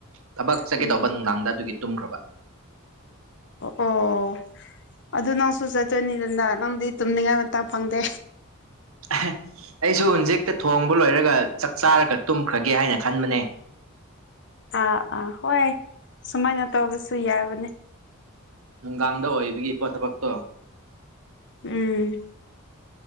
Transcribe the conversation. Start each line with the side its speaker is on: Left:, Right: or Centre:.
Right: ꯊꯕꯛ ꯆꯠꯀꯦ
Left: ꯎꯝ
Right: ꯇꯧꯕ ꯅꯨꯡꯗꯥꯡꯗ ꯑꯗꯨꯒꯤ ꯇꯨꯝꯈ꯭ꯔꯕ
Left: ꯑꯣ ꯑꯗꯨ ꯅꯪꯁꯨ ꯆꯠꯇꯣꯏꯅꯤꯗꯅ ꯅꯪꯗꯤ ꯇꯨꯝꯅꯤꯡꯉꯥꯏ ꯃꯇꯝ ꯐꯪꯗꯦ
Right: <unintelligible> ꯑꯩꯁꯨ ꯍꯨꯟꯖꯤꯛꯇ ꯊꯣꯡꯕ ꯂꯣꯏꯔꯒ ꯆꯥꯛ ꯆꯥꯔꯒ ꯇꯨꯝꯈ꯭ꯔꯒꯦ ꯍꯥꯏꯅ ꯈꯟꯕꯅꯦ
Left: ꯑꯥ ꯑꯥ ꯍꯣꯏ ꯁꯨꯃꯥꯏꯅ ꯇꯧꯕꯁꯨ ꯌꯥꯕꯅꯦ
Right: ꯅꯨꯡꯗꯥꯡꯗ ꯑꯣꯏꯕꯒꯤꯀꯣ ꯊꯕꯛꯇꯣ
Left: ꯎꯝ